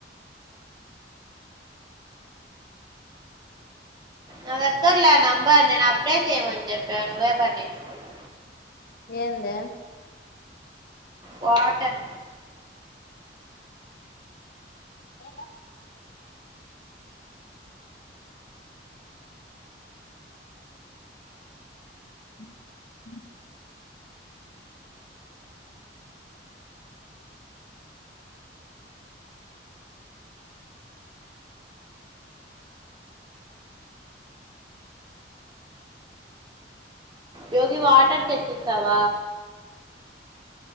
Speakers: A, on the right (about 25°); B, on the left (about 55°).
A: ఇది అక్కర్లే నంబర్ నేన్ అప్పుడే చేయమని చెప్ప నువ్వే పట్టించుకోలా
B: ఏంది
A: వాటర్
B: ఏ మ్మ్ హ్మ్
A: యోజి వాటర్ తెచ్చిత్తావ